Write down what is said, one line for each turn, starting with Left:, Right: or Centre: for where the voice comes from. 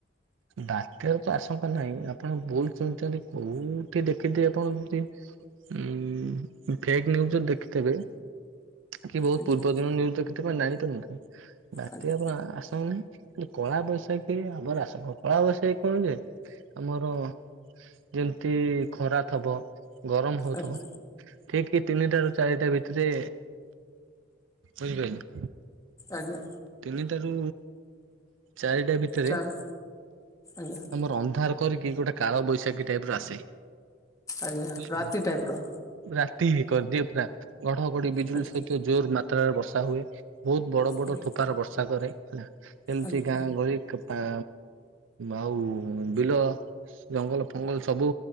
Right: ବାତ୍ୟାର ତ ଆଶଙ୍କା ନାହିଁ ଆପଣ ଭୁଲ ଶୁଣିୁଚନ୍ତି କୋଉଠି ଦେଖିଥିବେ ଆପଣ <unintelligible> ଉଁ ଫେକ୍ ନ୍ୟୁଜରେ ଦେଖିଥିବେ କି ବୋହୁତ
Left: ଆଜ୍ଞା
Right: ପୂର୍ବ ଦିନ ନ୍ୟୁଜ ଦେଖିଥିବେ <unintelligible> ବାତ୍ୟା
Left: ଆଜ୍ଞା
Right: ହବାର ଆ ଆସଙ୍କା ଇଏ କଳା ବୈଶାଖୀ ହବାର ଆଶଙ୍କା ଅ କାଳା ବୈଶାଖି କଣ ଯେ ଆମର ଯେମତି ଖରା ଥବ ଗରମ ହୋଉଥୁବ।
Left: ଆଜ୍ଞା
Right: ଠିକ କି ତିନିଟାରୁ ଚାରିଟା ଭିତରେ ବୁଝିପାଇଲ?
Left: ଆଜ୍ଞା।
Right: ତିନିଟାରୁ ଚାରିଟା ଭିତରେ
Left: ଚାରି ଆଜ୍ଞା।
Right: ଆମର ଅନ୍ଧାର କରିକି ଗୋଟେ କାଳବୈଶାଖୀ ଟାଇପର ଆସେ।
Left: ଆଜ୍ଞା
Right: ବୁଝିପାରିଲେ
Left: ରାତି ଟାଇପର।
Right: ରାତି ଏଇ କରିଦିଏ ପୁରା ଘଡ ଘଡିି ବିଜୁଳି
Left: ଆଜ୍ଞା
Right: ସହିତ ଜୋର ମାତ୍ରାରେ ବର୍ଷା ହୁଏ। ବୋହୁତ ବଡ ବଡ
Left: ଆଜ୍ଞା
Right: ଠୋପାର ବର୍ଷା କରେ ହେଲା ଯେମତି
Left: ଆଜ୍ଞା
Right: ଗାଁ ଗହଳି ପା ଆଉ ବିଲ ଜଙ୍ଗଲ ଫଙ୍ଗଲ ସବୁ